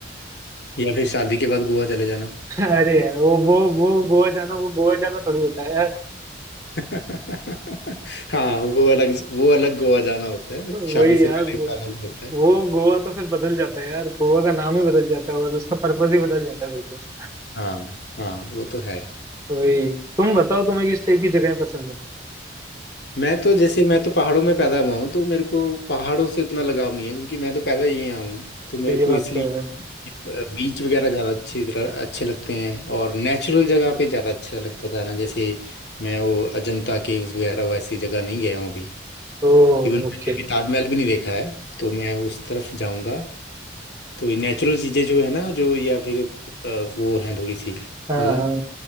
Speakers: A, on the left; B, on the right.
A: या फिर शादी के बाद गोवा चले जाना
B: है। <laughs> अरे यार वो वो वो गोवा जाना वो गोवा जाना थोड़ी होता है यार
A: <laughs> हाँ वो अलग वो अलग गोवा जाना होता है
B: वही
A: शादी से
B: यार
A: पहले
B: वो
A: का अलग होता है
B: वो गोवा तो फिर बदल जाता है यार गोवा का नाम ही बदल जाता है और उसका पर्पज ही बदल जाता है फिर तो
A: हाँ हाँ वो तो है
B: वही तुम बताओ तुम्हें किस टाइप की जगह पसंद है
A: मैं तो जैसे मैं तो पहाड़ों में पैदा हुआ हूँ तो मेरे को पहाड़ों से उतना लगाव नहीं है क्योंकि मैं तो पैदा ही यहाँ हूँ तो मेरे
B: तो ये बात
A: को इसलिए
B: तो है।
A: बीच वगैरह ज़्यादा अच्छी तरह अच्छे लगते हैं और नेचुरल जगह पे ज़्यादा अच्छा लगता जाना जैसे मैं वो अजंता केव्स वगैरह वैसी जगह नहीं गया हूँ अभी
B: ओ
A: इवन मैंने
B: ओके
A: अभी ताजमहल भी नहीं देखा है तो मैं उस तरफ जाऊँगा तो ये नेचुरल चीज़ें जो है ना जो या फिर अ, वो हैं थोड़ी सी
B: हाँ
A: मतलब
B: हाँ